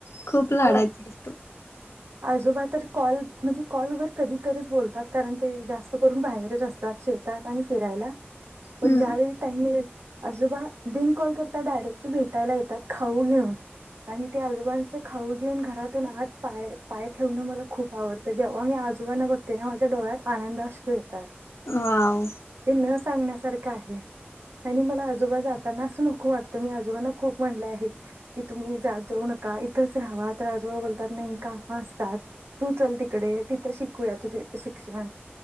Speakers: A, on the left; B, on the right.
A: खूप लाडाची
B: हो.
A: असतो
B: आजोबाज तर कॉल म्हणजे कॉलवरर कधीतरच बोलतात कारण ते जास्त करून बाहेरच असतात शेतात आणि फिरायला पण
A: हम्म
B: ज्या वेळी टाईम मिळेल आजोबा बिन कॉल करता डायरेक्ट भेटायला येतात खाऊ घेऊन आणि ते आजोबांच खाऊ घेऊन घरातून आत पाय -पाय ठेवण मला खूप आवडते जेव्हा मी आजोबांना बघते तेव्हा माझ्या डोळ्यात आहे पाण्याचा संडास पीळतात
A: वाव
B: ते न सांगण्यास तर काय हे त्यांनी मला आजोबा जाताना अस नको वाटत मी आजोबाला खूप म्हटले आहे मी की तुम्ही जाऊ नका इथेच राहावा तर आजोबा बोलतात काम असतात तू चल तिकडे तिथं शिकूया तुझे शिक्षण